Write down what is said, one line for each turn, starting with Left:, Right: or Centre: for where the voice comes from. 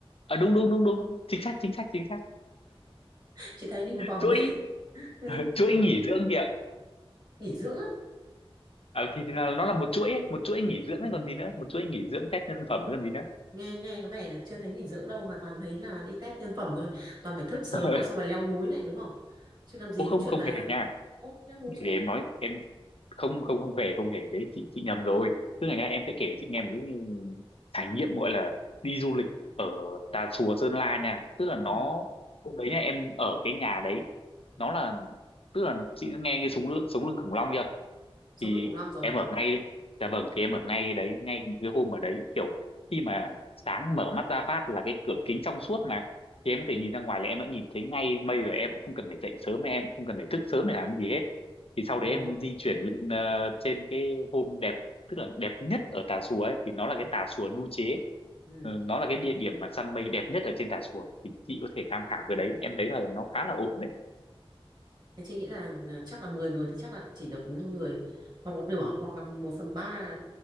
Left: à, đúng đúng đúng đúng chính xác chính xác chính xác
Right: Chị thấy đi một vòng
Left: chuỗi
Right: ấy, <laughs> Ừ,
Left: <laughs> chuỗi nghỉ dưỡng kìa
Right: nghỉ dưỡng á.
Left: à, thì thì là nó là một chuỗi ấy, một chuỗi nghỉ dưỡng
Right: Ừ.
Left: ấy còn gì nữa một chuỗi nghỉ dưỡng test nhân phẩm ấy còn gì nữa
Right: Nghe nghe có vẻ là chưa thấy nghỉ dưỡng đâu mà toàn thấy là đi test nhân phẩm thôi. Toàn phải thức
Left: <laughs>
Right: sớm này xong rồi leo núi này đúng không? Chứ làm gì
Left: ô không
Right: có chuyện
Left: không
Right: là
Left: hề nha
Right: ô leo núi
Left: để,
Right: cho
Left: để
Right: em.
Left: em nói em không không không hề không hề đấy chị chị nhầm rồi tức là nhá em sẽ kể cho chị nghe một cái trải nghiệm gọi là đi du lịch ở Tà Xùa Sơn La nha tức là nó
Right: Ừ,
Left: hôm đấy nha em ở cái nhà đấy nó là tức là chị đã nghe cái súng lưng sống lưng khủng long chưa
Right: sống
Left: thì
Right: lưng khủng long rồi.
Left: em ở ngay dạ vâng thì em ở ngay cái đấy ngay cái hôm ở đấy kiểu khi mà sáng mở mắt ra phát là cái cửa kính trong suốt mà thì em có thể nhìn ra ngoài là em đã nhìn thấy ngay mây rồi em cũng không cần phải dậy sớm em cũng không cần phải thức sớm để làm gì hết thì sau
Right: Ồ.
Left: đấy em di chuyển lên ờ, trên cái hôm đẹp tức là đẹp nhất ở Tà Xùa ấy thì nó là cái
Right: Ừ.
Left: Tà Xùa Nu Chế
Right: Ừ.
Left: Ừ, nó là cái địa điểm mà săn mây đẹp nhất ở trên Tà Xùa thì chị có thể tham khảo cái đấy em thấy là nó khá là ổn đấy
Right: Thế chị nghĩ là ừ, chắc là 10 người thì chắc là chỉ được năm người hoặc một nửa hoặc là một phần ba